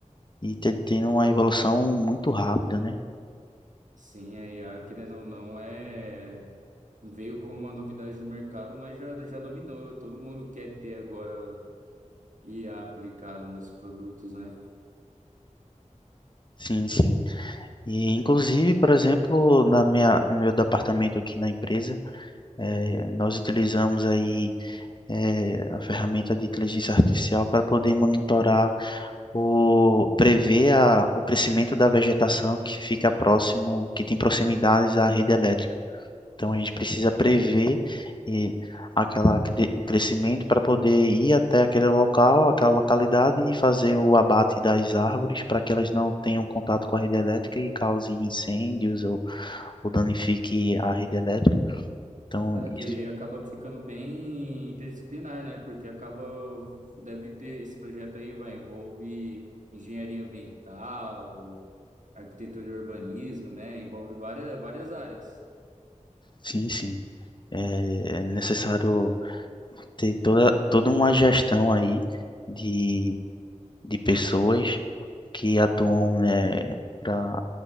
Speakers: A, on the left (about 35°); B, on the right (about 80°).
A: e te- tendo uma evolução muito rápida, né?
B: Sim, a IA, querendo ou não, é veio como uma novidade no mercado, mas já, já dominou. Todo mundo quer ter agora IA aplicada nos produtos, né?
A: Sim, sim. E inclusive, por exemplo, na minha no meu departamento aqui na empresa, eh, nós utilizamos aí eh, a ferramenta de inteligência artificial para poder monitorar o prever a, o crescimento da vegetação que fica próximo, que tem proximidades à rede elétrica. Então a gente precisa prever e aquela, cre- o crescimento para poder ir até aquele local, aquela localidade e fazer o abate das árvores para que elas não tenham contato com a rede elétrica e cause incêndios ou, ou danifique a rede elétrica. Então
B: Cara,
A: isso,
B: que acaba ficando bem interdisciplinar, né? Porque acaba, deve ter, esse projeto aí vai envolve engenharia ambiental, arquitetura e urbanismo, né? Envolve várias, várias áreas.
A: sim, sim, é é necessário ter toda, toda uma gestão aí de, de pessoas que atuam, né, para